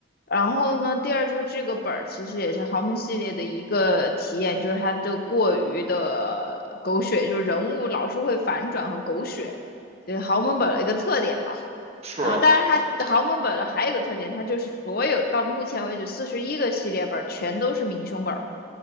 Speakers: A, on the left (about 50°); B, on the right (about 35°).
A: 然后呢，第二就是这个本儿其实也是豪门系列的一个体验，就是它的过于的狗血，就是人物老是会反转和狗血，就是豪门本儿的一个特点吧。
B: 嗯，是啊，
A: 然后，当然它豪门本儿还有一个特点，它就是所有到目前为止四十一个系列本儿全都是明凶本。